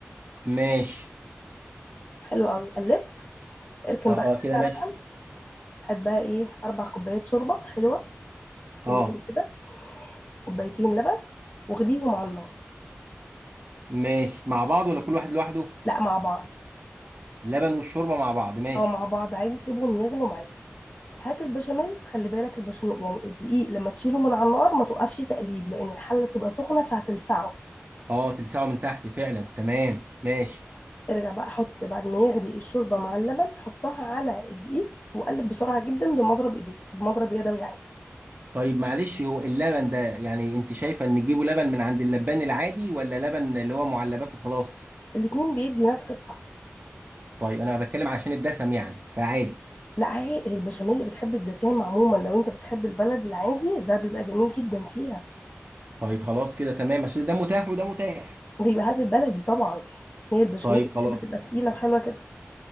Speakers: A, on the right; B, on the left.
A: ماشي
B: حلو قوي قلبت اركن
A: اه
B: بقى السمنة
A: اه كده ماشي
B: على جنب هات بقى ايه اربع كوبايات شوربة حلوة
A: اه
B: جميل كده كوبايتين لبن واغليهم على النار
A: ماشي مع بعض ولا كل واحد لوحده
B: لا مع بعض
A: اللبن والشوربه مع بعض ماشي
B: او مع بعض عادي سيبهم يغلوا معاك هات البشاميل خلي بالك البشاميل يعني الدقيق لما تشيله من على النار ما توقفش تقليب لان الحله بتبقى سخنه فهتلسعه
A: اه تلسعه من تحت فعلا تمام ماشي
B: ارجع بقى حط بعد ما يغلي الشوربه مع اللبن حطها على الدقيق وقلب بسرعه جدا بمضرب ايديك بمضرب يدوي عادي
A: طيب معلش هو اللبن ده يعني انت شايفه ان نجيبه لبن من عند اللبان العادي ولا لبن اللي هو معلبات وخلاص
B: الاتنين بيدي نفس الطعم
A: طيب انا بتكلم عشان الدسم يعني فعادي
B: لا هي البشاميل اللي بتحب الدسام عموما لو انت بتحب البلدي العادي ده بيبقى جميل جدا فيها
A: طيب خلاص كده تمام عشان ده متاح وده متاح
B: ده يبقى هات البلدي طبعا هي البشاميل
A: طيب
B: بتحب
A: خلاص
B: تبقى تقيله وحلوه كده